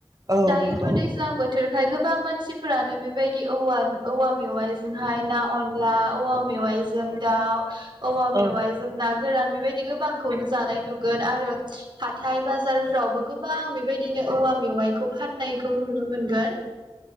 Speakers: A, on the right; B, on the right.
A: औ
B: दायोथ'
A: नंगौ
B: दैज्लां बोथोरखाय गोबां मानसिफोरानो बे बायदि औवा औवा मेवाइजोंहाय ना अनला औवा मेवाइजों दाउ औवा
A: औ
B: मेवाइजों ना गोरान बेबायदि गोबांखौनो जानाय नुगोन आरो हाथाय बाजारफ्रावबो गोबां बेबायदिनो औवा मेवाइखौ फाननायखौ नुनो मोनगोन।